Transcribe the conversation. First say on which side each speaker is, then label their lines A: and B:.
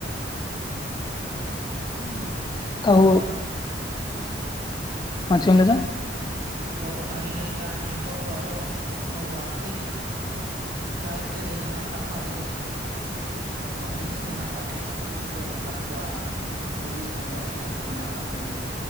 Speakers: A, on the right (about 50°); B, on the left (about 25°).
A: ᱦᱮ
B: ᱛᱟᱣ
A: ᱢᱳᱴᱢᱟᱴ
B: ᱪᱮᱫ ᱮᱢ ᱞᱟᱹᱭ ᱮᱫᱟ
A: ᱦᱳᱭ ᱚᱱᱟᱜᱤᱧ ᱞᱟᱹᱭᱮᱫᱼᱟ ᱱᱤᱛᱚᱜ ᱫᱚ ᱟᱫᱚ ᱵᱟᱹᱲᱛᱤ ᱞᱟᱭ ᱛᱮᱜᱮ ᱢᱮᱱᱟᱜ ᱟᱠᱟᱫ ᱠᱚᱣᱟ ᱟᱞᱮ ᱫᱤᱥᱚᱢ ᱠᱷᱚᱱ ᱱᱤᱛ ᱦᱚᱸ ᱢᱮᱱᱟᱜ ᱟᱠᱟᱫ ᱠᱚᱜᱮᱭᱟ ᱜᱨᱩᱨᱩᱯ ᱨᱮᱠᱚ ᱮᱢ ᱟᱠᱟᱫ ᱠᱚᱣᱟ ᱪᱚᱞᱞᱤᱥ ᱯᱚᱧᱪᱟᱥᱴᱤ ᱦᱟᱹᱛᱤ ᱢᱮᱱᱟᱜ ᱟᱠᱟᱫ ᱠᱚᱜᱮᱭᱟ